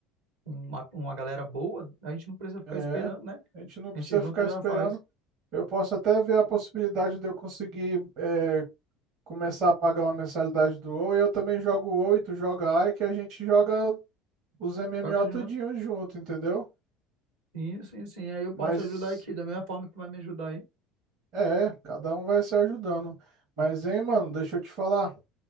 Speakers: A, on the right; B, on the right.
A: uma, uma galera boa, a gente não precisa ficar
B: É.
A: esperando, né?
B: A gente não
A: A
B: precisa
A: gente junto
B: ficar
A: já
B: esperando.
A: faz.
B: Eu posso até ver a possibilidade de eu conseguir é, começar a pagar uma mensalidade do WoW e eu também jogo o WoW e tu joga A e que a gente joga os MMO
A: Joga junto.
B: tudinho junto, entendeu?
A: Sim, sim, sim. Aí eu posso
B: Mas
A: te ajudar aqui, da mesma forma que vai me ajudar aí.
B: é, cada um vai se ajudando. Mas, hein, mano, deixa eu te falar.